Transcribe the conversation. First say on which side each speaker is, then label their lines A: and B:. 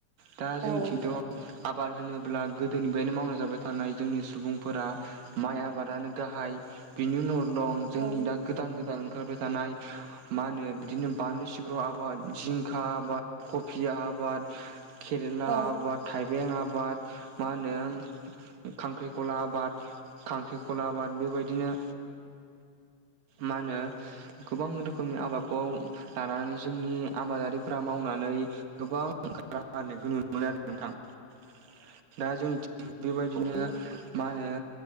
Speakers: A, on the right; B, on the right.
A: दा जोंनिथिंथ'
B: औ
A: आबाद होनोब्ला गोदोनिफ्रायनो मावना जाबाय थानाय जोंनि सुबुंफोरा माइ आबादानो गाहाय बिनि उनाव दं जोंनि
B: औ
A: दा गोदान गोदान ओंखारबाय थानाय मा होनोमो बिदिनो बानलु, सिफ्राव आबाद, जिंखा आबाद, कबि आबाद केरेला
B: औ
A: आबाद, थाइबें आबाद मा होनो खांख्रिखला आबाद खांख्रिखला आबाद बेबादिनो मा होनो गोबां रोखोमनि आबादखौ लानानै जोंनि आबादारिफ्रा मावनानै गोबां राहा <unintelligible> बेबायदिनो
B: नंगौ नोंथां
A: मा होनो